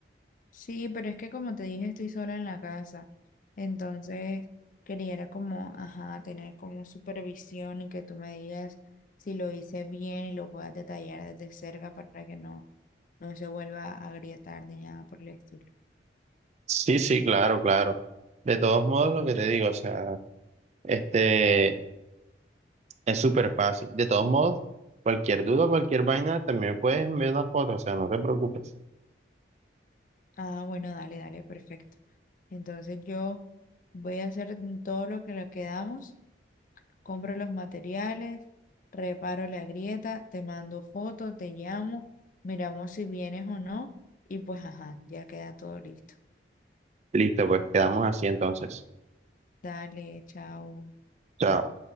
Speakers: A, on the left; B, on the right.
A: Sí, pero es que como te dije, estoy sola en la casa, entonces quería era como, ajá, tener como supervisión y que tú me digas si lo hice bien y lo puedas detallar desde cerca para que no no se vuelva a agrietar ni nada por el estilo.
B: Sí, sí, claro, claro. De todos modos, lo que te digo, o sea, este, es súper fácil. De todos modos, cualquier duda, cualquier vaina, también puedes enviar una foto, o sea, no te preocupes.
A: Ah, bueno, dale, dale, perfecto. Entonces yo voy a hacer todo lo que le quedamos, compro los materiales, reparo la grieta, te mando fotos, te llamo, miramos si vienes o no y pues ajá, ya queda todo listo.
B: Listo, pues quedamos así entonces.
A: Dale, chao.
B: Chao.